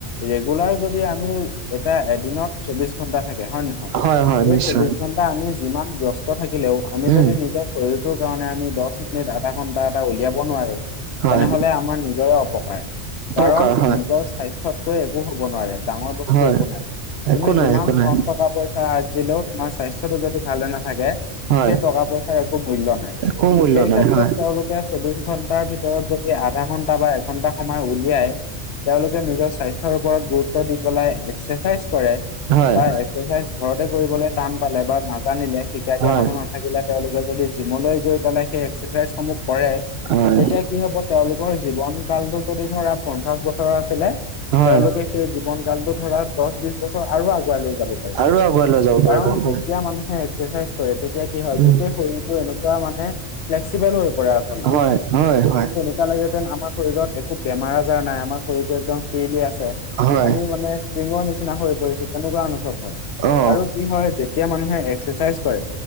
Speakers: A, on the left; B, on the right.
A: ৰেগুলাৰ যদি আমি- তে এদিনত চৌবিশ ঘন্টা থাকে হয় নে নহয়
B: হয়, হয়,
A: এই
B: নিশ্চয়,
A: চৌবিশ- ঘণ্টা আমি যিমান ব্যস্ত থাকিলেও আমি
B: উম,
A: যদি নিজক- শৰীৰটোৰ কাৰণে আমি দহ মিনিট আধা ঘন্টা এটা উলিয়াব নোৱাৰো-
B: হয়,
A: তেনেহলে আমাৰ নিজৰে অপকাৰ।
B: উপকাৰ
A: কাৰণ
B: হয়,
A: নিজৰ স্বাস্থ্যতকৈ একো হ'ব নোৱাৰে, ডাঙৰ বস্তু
B: হয়,
A: একো নাই। তুমি
B: একো নাই,
A: যিমান
B: একো নাই,
A: ধন টকা পইচা আৰজিলেও তোমাৰ স্বাস্থ্য টো যদি ভালে নাথাকে-
B: হয়।
A: সেই টকা পইচাৰ একো মুল্য নাই
B: একো মূল্য
A: সেই
B: নাই
A: ক্ষেত্ৰত
B: হয়
A: তেওঁলোকে- চৌবিশ ঘন্টাৰ ভিতৰত যদি আধা ঘন্টা বা এঘন্টা সময় উলিয়াই- তেওঁলোকে নিজৰ স্বাস্থ্যৰ ওপৰত গুৰুত্ব দি পেলাই এক্সাৰচাইজ কৰে-
B: হয়
A: বা এক্সাৰচাইজ ঘৰতে কৰিবলৈ টান পালে বা নাজানিলে শিকাই দিয়া
B: হয়
A: মানুহ-
B: হয়
A: নাথাকিলে তেওঁলোকে যদি জিমলৈ গৈ পেলাই সেই এক্সেচাইজসমূহ কৰে-
B: হয়
A: তেতিয়া কি হ'ব তেওঁলোকৰ জীৱন কালটো যদি ধৰা পঞ্চাশ বছৰ আছিলে-
B: হয়
A: তেওঁলোকে সেই জীৱন কালটো ধৰা- দচ বিছ বছৰ আৰু আগুৱাই লৈ যাব পাৰিম
B: আৰু আগুৱাই লৈ যাব পাৰিব
A: কাৰণ
B: হয়
A: যেতিয়া মানুহে এক্সেচাইজ- তেতিয়া কি হয়
B: উম
A: গোটেই শৰীৰটো এনেকুৱা মানে ফ্লেক্সিবেল হৈ পৰে আচলতে।
B: হয় হয় হয়
A: তে লাগেতেন আমাৰ শৰীৰত একো বেমাৰ আজাৰ নাই, আমাৰ শৰীৰতটো একদম ফ্ৰীলি আছে।
B: হয়
A: আমি মানে সিঙৰ নিচিনা হৈ পৰিছো, তেনেকুৱা অনুভৱ হয়।
B: অ
A: আৰু কি হয় যেতিয়া মানুহে এক্সাৰচাইজ কৰে,